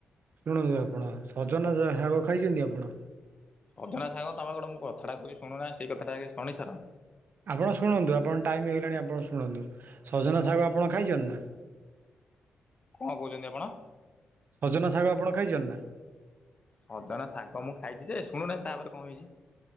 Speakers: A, on the right (about 60°); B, on the left (about 35°).
A: ଶୁଣନ୍ତୁ ଆପଣ ସଜନା ଯା ଶାଗ ଖାଇଚନ୍ତି ଆପଣ?
B: ଅଜନା ସାଗ ତମେ ଗୋଟେ ମୁଁ କଥାଟା କହୁଚି ଶୁଣୁନା ନା ସେଇ କଥାଟା ଆଗେ ଶୁଣି ସାର।
A: ଆପଣ ଶୁଣନ୍ତୁ ଆପଣ ଟାଇମ୍ ହେଇଗଲାଣି ଆପଣ ଶୁଣନ୍ତୁ ସଜନା ଶାଗ ଆପଣ ଖାଇଚନ୍ତି ନାଁ?
B: କଣ କୋହୁଚନ୍ତି ଆପଣ?
A: ସଜନା ଶାଗ ଆପଣ ଖାଇଚନ୍ତି ନା?
B: ସଜନା ଶାଗ ମୁଁ ଖାଇଚି ଯେ ଶୁଣୁନାହାଁ ତାପରେ କଣ ହେଇଚି।